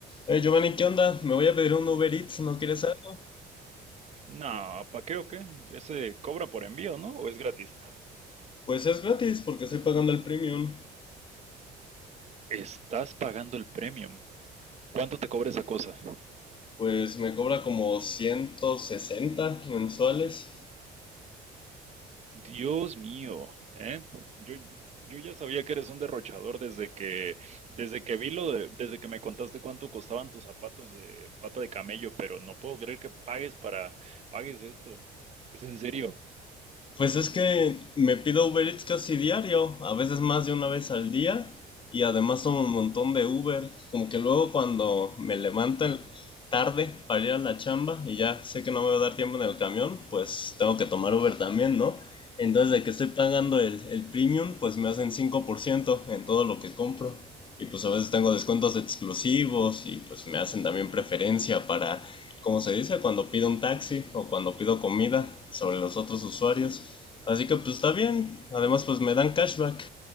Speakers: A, on the left; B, on the right.
A: Hey Giovanni, ¿qué onda? Me voy a pedir un Uber Eats, ¿no quieres algo?
B: No, ¿pa' qué o qué? Ese cobra por envío, ¿no? ¿O es gratis?
A: Pues es gratis porque estoy pagando el premium.
B: Estás pagando el premium. ¿Cuánto te cobra esa cosa?
A: Pues me cobra como 160 mensuales.
B: Dios mío, ¿eh? Yo, yo ya sabía que eres un derrochador desde que, desde que vi lo de, desde que me contaste cuánto costaban tus zapatos de pata de camello, pero no puedo creer que pagues para, pagues esto. ¿Es en serio?
A: Pues es que me pido Uber Eats casi diario, a veces más de una vez al día, y además tomo un montón de Uber, como que luego cuando me levanto en- tarde para ir a la chamba y ya sé que no me va a dar tiempo en el camión, pues tengo que tomar Uber también, ¿no? Entonces de que estoy pagando el, el premium, pues me hacen 5% en todo lo que compro. Y pues a veces tengo descuentos exclusivos y pues me hacen también preferencia para como se dice, cuando pido un taxi o cuando pido comida sobre los otros usuarios. Así que pues está bien. Además pues me dan cashback